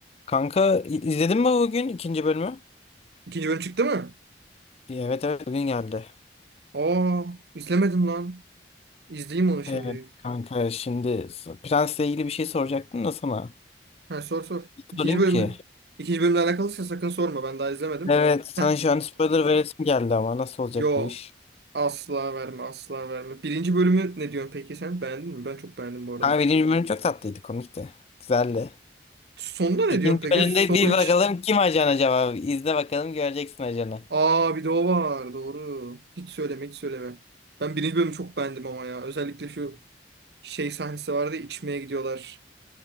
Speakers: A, on the left; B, on the right.
A: Kanka i- izledin mi bugün ikinci bölümü?
B: İkinci bölüm çıktı mı?
A: Evet evet bugün geldi.
B: Aa, izlemedim lan. İzleyeyim onu şimdi.
A: Evet kanka şimdi s- Prens'le ilgili bir şey soracaktım da sana.
B: Ha, sor sor.
A: Hiç
B: İkinci
A: sorayım
B: bölüm
A: ki.
B: ikinci bölümle alakalıysa sakın sorma. Ben daha izlemedim.
A: Evet sana
B: Heh,
A: şu an spoiler veresim geldi ama nasıl olacak
B: yo
A: bu iş?
B: asla verme asla verme. Birinci bölümü ne diyorsun peki sen? Beğendin mi? Ben çok beğendim bu arada.
A: Kanka birinci bölüm çok tatlıydı komikti. Güzeldi.
B: Sonunda ne
A: İkinci
B: diyorsun peki?
A: bölümde
B: Sonuç.
A: bir bakalım kim ajan acaba? İzle bakalım göreceksin ajanı.
B: Aa bir de o var. Doğru. Hiç söyleme hiç söyleme. Ben birinci bölümü çok beğendim ama ya. Özellikle şu şey sahnesi vardı. ya, içmeye gidiyorlar.